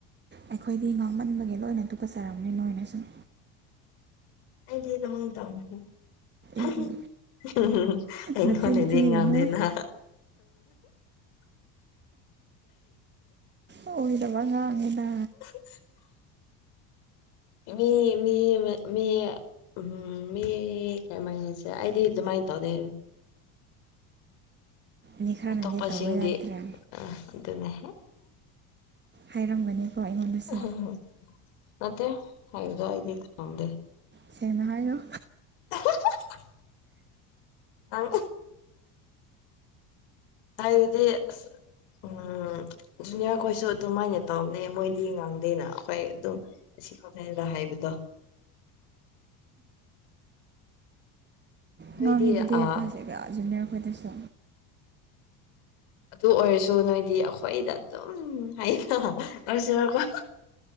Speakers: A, on the right; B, on the left.
A: ꯑꯩꯈꯣꯏꯗꯤ ꯉꯥꯡꯃꯟꯕꯒꯤ ꯂꯣꯏꯅ ꯇꯨꯀꯠꯆꯔꯕꯅꯤ ꯅꯣꯏꯅꯁꯨꯨ
B: <unintelligible>
A: ꯏ ꯏ
B: ꯑꯩꯉꯣꯟꯗꯗꯤ
A: ꯅꯆꯤꯟ ꯊꯤꯒꯅꯨ
B: ꯉꯝꯗꯦꯅ
A: ꯑꯣꯏꯗꯕ ꯉꯥꯡꯉꯤꯗ
B: <inaudible> ꯃꯤ ꯃꯤ ꯃꯤ ꯎꯝ ꯃꯤ ꯀꯩꯃꯥꯏꯁꯦ ꯑꯩꯗꯤ ꯑꯗꯨꯃꯥꯏꯅ ꯇꯧꯗꯦ꯫
A: ꯃꯤ ꯈꯔꯅꯗꯤ
B: ꯑꯇꯣꯞꯄꯁꯤꯡꯗꯤ
A: ꯇꯧꯋꯦ ꯅꯠꯇ꯭ꯔꯥ
B: ꯑ ꯑꯗꯨꯅꯦ
A: ꯍꯥꯏꯔꯝꯒꯅꯤꯀꯣ ꯑꯩꯉꯣꯟꯗꯁꯨ
B: ꯎꯝ ꯅꯠꯇꯦ <unintelligible>
A: ꯁꯦꯡꯅ ꯍꯥꯏꯌꯣ
B: <inaudible> ꯅꯪ ꯑꯩꯗꯤ ꯎꯝ ꯖꯨꯅꯤꯌꯔ ꯈꯣꯏꯁꯨ ꯑꯗꯨꯃꯥꯏꯅ ꯇꯧꯕꯅꯦ ꯃꯣꯏꯗꯤ ꯉꯥꯡꯗꯦꯅ ꯑꯩꯈꯣꯏ ꯑꯗꯨꯝ ꯁꯤ ꯈꯛꯇ ꯍꯥꯏꯕꯗꯣ ꯅꯣꯏꯗꯤ
A: ꯉꯥꯡꯉꯤꯗꯨꯗꯤ
B: ꯑ
A: ꯐꯁ <unintelligible> ꯖꯨꯅꯤꯌꯔ ꯈꯣꯏꯗꯁꯨ
B: ꯑꯗꯨ ꯑꯣꯏꯔꯁꯨ ꯅꯣꯏꯗꯤ ꯑꯩꯈꯣꯏꯗ ꯑꯗꯨꯝ ꯍꯥꯏꯀꯣ